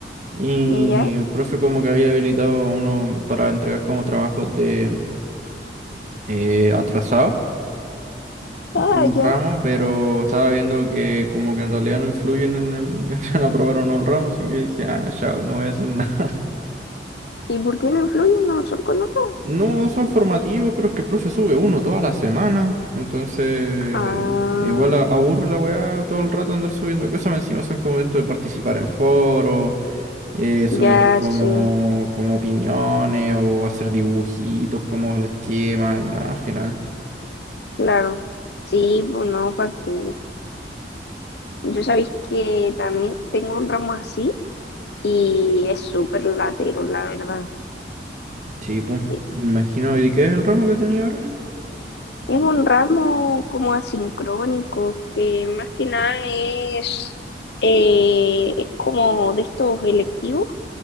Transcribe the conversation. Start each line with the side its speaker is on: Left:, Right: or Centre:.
Right: Y
Left: ¿Ya?
Right: el profe como que había habilitado a uno para entregar como trabajos de eh, atrasado de
Left: Ah,
Right: un ramo,
Left: ya.
Right: pero estaba viendo que como que en realidad no influyen en el <laughs> en aprobar o no el ramo, así que dije, ah, chao, no voy a hacer nada. <laughs>
Left: ¿Y por qué no influyen una son con otra?
Right: No son formativos, pero es que el profe sube uno toda la semana, entonces
Left: Ah,
Right: igual a- aburre la weá todo el rato andar subiendo cosas, más encima son como esto de participar en foros eh, subir
Left: ya
Right: como,
Left: sí,
Right: como opiniones o hacer dibujitos como esquemas y nada, al final.
Left: claro. Sí, pues no, para que... Yo sabéis que también tengo un ramo así y es súper latero, la verdad.
Right: Sí, pues.
Left: E-
Right: Me imagino, ¿y de qué es el ramo que tenía ahora?
Left: Es un ramo como asincrónico, que más que nada es, eh, es como de estos electivos,